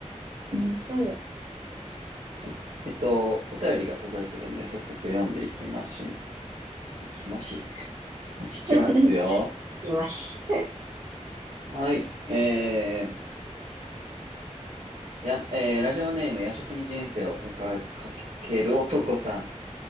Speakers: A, on the right (about 50°); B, on the right (about 75°).
A: うん、そ
B: う。はい、えっと、お便りが届いてるんで、早速読んでいきますし、いきますし、<laughs> いきますよ。
A: う。<laughs> います。
B: はい、えー、や、えーラジオネーム、夜食に人生をかかる、かける男さん。